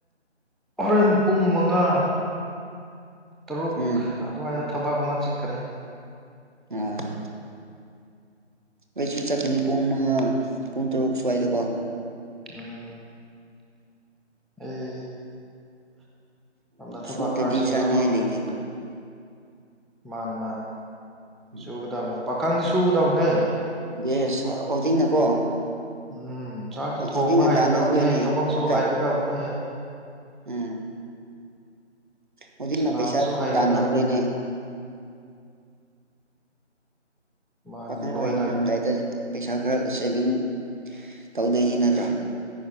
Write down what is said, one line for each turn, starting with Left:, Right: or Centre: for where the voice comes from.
Centre: ꯑꯣꯔꯦꯟ ꯄꯨꯡ ꯃꯉꯥ ꯇꯔꯨꯛ
Right: ꯎꯝ
Centre: ꯑꯗꯨꯋꯥꯏꯗ ꯊꯕꯛ ꯑꯃ ꯆꯠꯀꯅꯤ
Right: ꯑꯥ ꯀꯩꯁꯨ ꯆꯠꯀꯅꯤ ꯄꯨꯡ ꯃꯉꯥ ꯄꯨꯡ ꯇꯔꯨꯛ ꯁ꯭ꯋꯥꯏꯗꯀꯣ
Centre: ꯑꯥ ꯑꯩ ꯌꯥꯝ ꯅ ꯊꯕ
Right: ꯁꯨꯗꯗꯤ
Centre: ꯑꯥꯔꯖꯦꯟ
Right: ꯆꯥꯅꯤꯡꯉꯥꯏ
Centre: ꯑꯃꯜꯂꯉꯦ
Right: ꯂꯩꯇꯦꯕ
Centre: ꯃꯅ ꯃꯅ
Right: ꯎꯝ
Centre: ꯁꯨꯒꯗꯕꯅꯦ ꯄꯥꯈꯪꯗꯤ ꯁꯨꯒꯗꯕꯅꯦ
Right: ꯌꯦꯁ ꯍꯧꯖꯤꯛꯅꯀꯣ
Centre: ꯎꯝ ꯆꯥꯛꯁꯨ ꯊꯣꯡꯕ
Right: ꯍꯧꯖꯤꯛꯅ
Centre: ꯍꯩꯒꯗꯕꯅꯦ
Right: ꯇꯥꯟꯅꯍꯧꯗꯣꯏꯅꯦ
Centre: ꯊꯕꯛꯁꯨ
Right: ꯅꯠꯇ꯭ꯔꯣ
Centre: ꯍꯩꯒꯗꯕꯅꯦ
Right: ꯎꯝ ꯍꯧꯖꯤꯛꯅ
Centre: ꯁꯥꯟꯅꯕꯁꯨ
Right: ꯄꯩꯁꯥ
Centre: ꯍꯩꯒꯗꯕꯅꯦ
Right: ꯇꯥꯟꯅꯍꯧꯗꯣꯏꯅꯦ
Centre: ꯃꯥꯅꯤ
Right: ꯄꯥꯈꯪ
Centre: ꯂꯣꯏꯅ
Right: ꯑꯣꯏ ꯌꯥꯝꯗꯥꯏꯗꯁꯨ ꯄꯩꯁꯥ ꯈꯔ ꯁꯦꯚꯤꯡ ꯇꯧꯗꯣꯏꯅꯤ ꯅꯠꯇ꯭ꯔꯥ